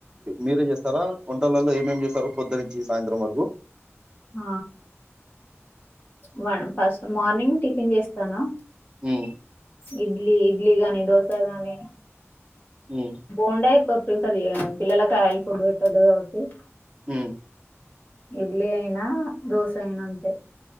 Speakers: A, on the right (about 15°); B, on the left (about 40°).
A: మీరే చేస్తారా వంటలలో ఏమేమి చేస్తారు పొద్దున నుంచి సాయంత్రం వరకు
B: ఆ వా ఫస్ట్ మార్నింగ్ టిఫిన్ చేస్తాను
A: ఉ
B: ఇడ్లీ ఇడ్లీ గాని దోస గాని
A: హ్మ్
B: బోండాయి పప్ ప్రిఫర్ చేయను పిల్లలకి ఆయిల్ ఫుడ్ పెట్టద్దు కాబట్టి
A: హ్మ్
B: ఇడ్లీ అయినా దోశ అయిన అంతే